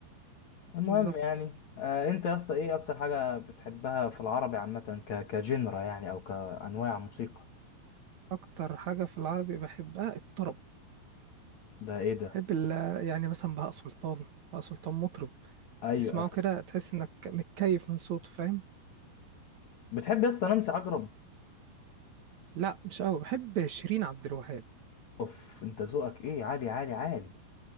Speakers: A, on the left; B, on the right.
A: المهم
B: بالظبط
A: يعني آه انت يا اسطى ايه اكتر حاجه بتحبها في العربي عامه ك كجنرا يعني او كانواع موسيقى
B: اكتر حاجة في العربي بحبها الطرب
A: ده ايه ده
B: بحب ال- يعني مثلا بهاء سلطان بهاء سلطان مطرب
A: ايوه
B: تسمعه كده تحس انك متكيف من صوته فاهم
A: بتحب يا اسطى نانسي عجرم
B: لا مش قوي بحب شيرين عبد الوهاب
A: اوف انت ذوقك ايه عالي عالي عالي